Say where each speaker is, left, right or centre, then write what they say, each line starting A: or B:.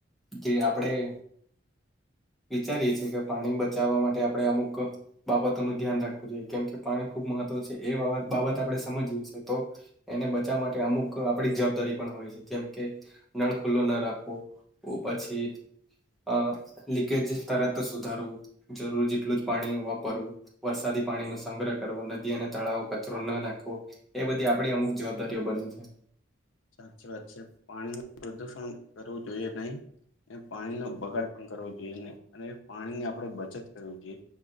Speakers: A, in the centre; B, on the left (about 85°).
A: જે આપણેે વિચારીએ છીએ કે પાણી બચાવવા માટે આપણે અમુક બાબતોનું ધ્યાન રાખવું જોઈએ કેમ કે પાણી ખૂબ મહત્વ છે એ બાબત આપણે સમજીએ છી તો એને બચાવવા માટે અમુક આપડી જવાબદારી પણ હોય છે જેમ કે નળ ખુલ્લો ના રાખવો. ઓ પછી અ લીકેજ તરત સુધારવું જરૂર જેટલું જ પાણી વાપરવું વરસાદી પાણી નો સંગ્રહ કરવો નદી અને તળાવો કચરો ન નાખવો એ બધી આપડી અમુક જવાબદારીઓ બને છે.
B: સાચી વાત છે પાણી નુ પ્રદુષણ કરવું જોઈએ નહી. એને પાણીનો બગાડ પણ કરવો જોઈએને અને પાણી ની આપણેે બચત કરવી જોઈએ.